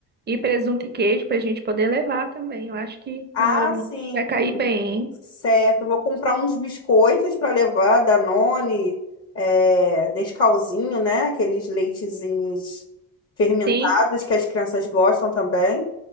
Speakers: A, on the right; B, on the left.
A: e presunto e queijo para a gente poder levar também. Eu acho que
B: Ah,
A: na hora do
B: sim.
A: lanche vai cair bem, hein?
B: Certo, vou comprar uns biscoitos para levar, Danone, é, Nescauzinho, né? Aqueles leitezinhos fermentados
A: Sim.
B: que as crianças gostam também.